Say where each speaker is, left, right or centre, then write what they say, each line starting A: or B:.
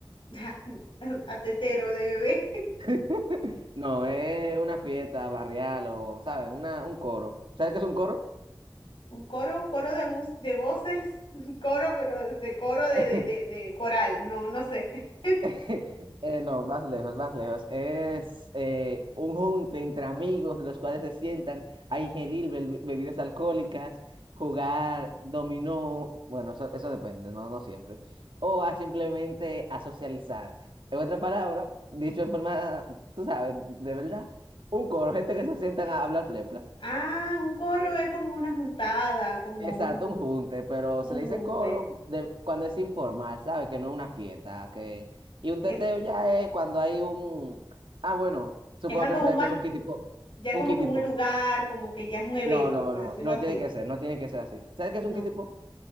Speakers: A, on the left (about 75°); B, on the right (about 75°).
A: <laughs> A tetero de bebé.
B: <laughs> No, es una fiesta barrial o, ¿sabes? Una, un coro. ¿Sabes qué es un coro?
A: Un coro, coro de, mus- de voces, <laughs> un coro, pero de, de coro de,
B: <laughs>
A: de, de, de coral, no, no sé. <laughs>
B: <laughs> Eh, no, más lejos, más lejos. Es eh, un junte entre amigos, los cuales se sientan a ingerir bel- bebidas alcohólicas, jugar dominó, bueno, eso, eso depende, no, no siempre, o a simplemente a socializar. En otra palabra, dicho en forma, tú sabes, de verdad, un coro, gente que se sientan a hablar plepla.
A: Ah, un coro es como una juntada, como
B: Exacto,
A: un,
B: un junte, pero
A: un
B: se le
A: junte.
B: dice coro de- cuando es informal, ¿sabes? Que no es una fiesta, que... Y un
A: Es,
B: teteo ya es cuando hay un... Ah, bueno, supongo
A: es algo
B: que no sabes
A: más,
B: qué es un kitty pop.
A: ya
B: Un
A: como
B: kitty
A: que un
B: pop.
A: lugar, como que ya es un evento,
B: No, no,
A: por
B: no,
A: decirlo
B: no
A: así.
B: tiene que ser, no tiene que ser así. ¿Sabes qué
A: No.
B: es un kitty pop?